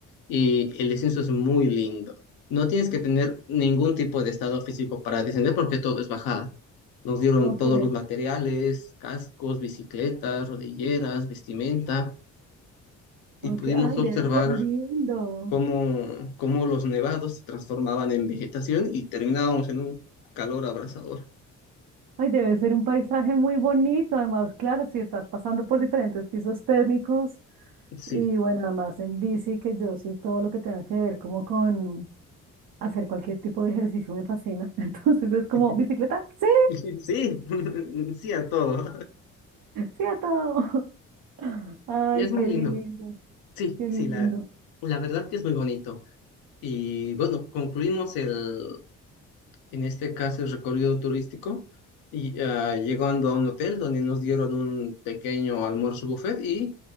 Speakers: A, on the left; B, on the right.
A: y el descenso es muy lindo. No tienes que tener ningún tipo de estado físico para descender porque todo es bajada. Nos dieron
B: Ok,
A: todos los materiales, cascos, bicicletas, rodilleras, vestimenta y
B: ok.
A: pudimos
B: Ay,
A: observar
B: debe ser lindo.
A: cómo, cómo los nevados se transformaban en vegetación y terminábamos en un calor abrasador.
B: Ay, debe ser un paisaje muy bonito. Además, claro, si estás pasando por diferentes pisos térmicos
A: Sí,
B: y bueno, además en bici, que yo sí todo lo que tenga que ver como con hacer cualquier tipo de ejercicio me fascina. <laughs> Entonces es como,
A: <laughs>
B: ¿bicicleta? Sí,
A: sí, <laughs> sí a todo.
B: sí a todo. <laughs> Ay,
A: Es
B: qué
A: muy lindo.
B: lindo,
A: Sí,
B: qué lindo.
A: sí, la, la verdad que es muy bonito. Y bueno, concluimos el, en este caso el recorrido turístico, y ah, llegando a un hotel donde nos dieron un pequeño almuerzo buffet y